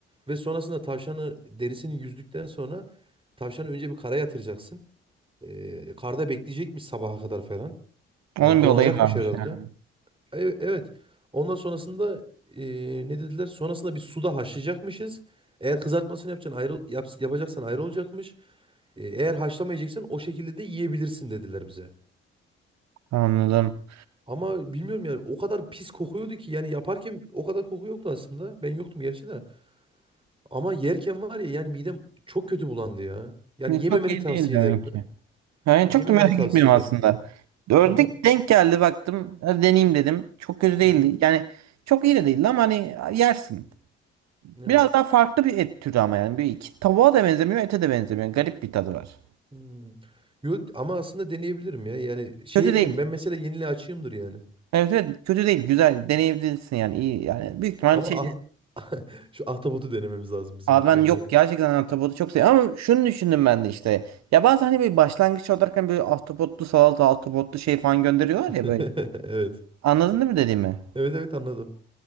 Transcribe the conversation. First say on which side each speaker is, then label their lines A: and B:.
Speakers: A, on the right (about 15°); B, on the right (about 60°).
A: ve sonrasında tavşanı derisini yüzdükten sonra tavşanı önce bir kara yatıracaksın. Ee, karda bekleyecekmiş sabaha kadar falan.
B: Onun
A: Yani donacakmış
B: bir olayı varmış
A: herhalde.
B: yani.
A: Evet, evet. Ondan sonrasında ee, ne dediler? Sonrasında bir suda haşlayacakmışız. Eğer kızartmasını yapacaksın ayrı yaps- yapacaksan ayrı olacakmış. Ee, eğer haşlamayacaksan o şekilde de yiyebilirsin dediler bize.
B: Anladım.
A: Ama bilmiyorum ya o kadar pis kokuyordu ki yani yaparken o kadar koku yoktu aslında. Ben yoktum gerçi de. Ama yerken var ya yani midem çok kötü bulandı ya. Yani
B: Ne,
A: yememeni
B: Çok iyi
A: tavsiye
B: değil demek
A: ederim.
B: ki.
A: <laughs>
B: Yani
A: Yememeni
B: çok da merak
A: tavsiye
B: etmiyorum
A: ederim.
B: aslında. Ördük
A: Hı hı.
B: denk geldi baktım. Hadi deneyeyim dedim. Çok kötü değildi.
A: Hı hı.
B: Yani çok iyi de değildi ama hani yersin.
A: Evet.
B: Biraz daha farklı bir et türü ama yani. Bir iki tavuğa da benzemiyor, ete de benzemiyor. Garip bir tadı var.
A: Hmm. Yo, ama aslında deneyebilirim ya. Yani şey
B: Kötü
A: değilim
B: değil.
A: ben mesela yeniliğe açığımdır yani.
B: Evet evet kötü değil. Güzel. Deneyebilirsin yani. iyi yani. Büyük ihtimal
A: Ama
B: şey
A: ah- <laughs> şu ahtapotu denememiz lazım bizim
B: Abi
A: ilk
B: ben
A: önce.
B: yok gerçekten ahtapotu çok seviyorum ama şunu düşündüm ben de işte. Ya bazen hani böyle başlangıç olarak hani böyle ahtapotlu salata, ahtapotlu şey falan gönderiyorlar
A: <laughs>
B: ya böyle.
A: Evet.
B: Anladın değil mi dediğimi?
A: Evet evet anladım.